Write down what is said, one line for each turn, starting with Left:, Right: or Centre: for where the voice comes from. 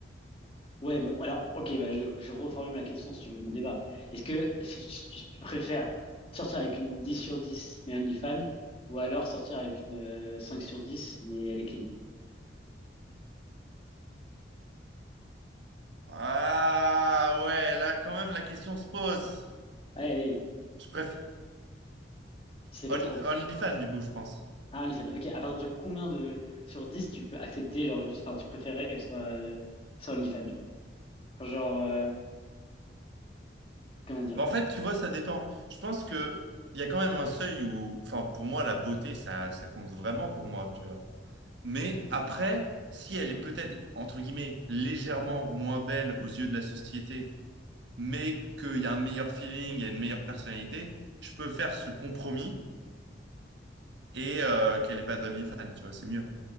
Left: Ouais, bon, alors, ok, bah, je, je reformule la question si tu veux, mon débat. Est-ce que si tu, tu- tu préfères sortir avec une 10 sur 10 mais OnlyFans, ou alors sortir avec une euh, 5 sur 10 mais elle est clean?
Right: Ah ouais, là quand même la question se pose.
Left: Allez, allez,
Right: Je préfère
Left: tu sais
Right: Only-
Left: pas trop.
Right: OnlyFans du coup, je pense.
Left: Ah, OnlyFans, ok, à partir de combien de sur 10 tu peux accepter, genre, juste, enfin, tu préférerais qu'elle soit euh, sans OnlyFans, genre? Enfin, Genre, euh, comment dire?
Right: Mais en fait, tu vois, ça dépend. Je pense que il y a quand même un seuil où, enfin, pour moi, la beauté, ça, ça compte vraiment pour moi, tu vois. Mais après, si elle est peut-être entre guillemets légèrement moins belle aux yeux de la société, mais qu'il y a un meilleur feeling, il y a une meilleure personnalité, je peux faire ce compromis et euh, qu'elle n'ait pas d'OnlyFans, tu vois, c'est mieux.